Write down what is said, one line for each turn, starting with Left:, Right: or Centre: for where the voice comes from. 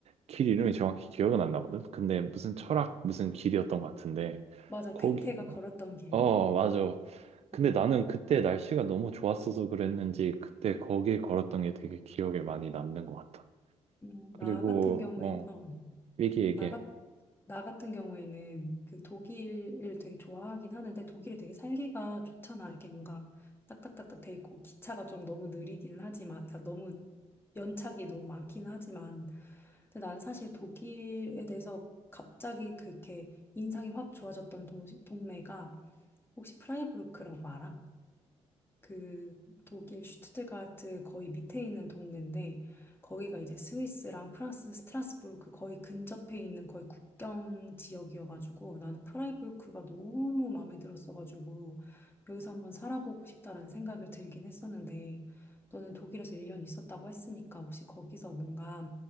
Right: 길 이름이 정확히 기억은 안 나거든? 근데 무슨 철학, 무슨 길이었던 것 같은데,
Left: 맞아.
Right: 거기,
Left: 괴테가 걸었던 길.
Right: 어, 맞아. 근데
Left: 응,
Right: 나는 그때 날씨가 너무 좋았어서 그랬는지, 그때 거길 걸었던 게 되게 기억에 많이 남는 것 같아.
Left: 음, 음,
Right: 그리고,
Left: 나 같은 경우엔,
Right: 어,
Left: 어,
Right: 얘기, 얘기.
Left: 나 같은 나 같은 경우에는 그 독일을 되게 좋아하긴 하는데 독일이 되게 살기가 좋잖아. 이게 뭔가 딱딱딱딱 돼 있고 기차가 좀 너무 느리기는 하지만 그러니까 너무 연착이 너무 많긴 하지만 근데 난 사실 독일에 대해서 갑자기 그렇게 인상이 확 좋아졌던 도시, 동네가 혹시 프라이부르크라고 알아? 그 독일 슈투트가르트 거의 밑에 있는 동네인데 거기가 이제 스위스랑 프랑스 스트라스부르크 거의 근접해 있는 거의 국경 지역이어가지고 나는 프라이부르크가 너무 마음에 들었어가지고 여기서 한번 살아보고 싶다라는 생각을 들긴 했었는데 너는 독일에서 1년 있었다고 했으니까 혹시 거기서 뭔가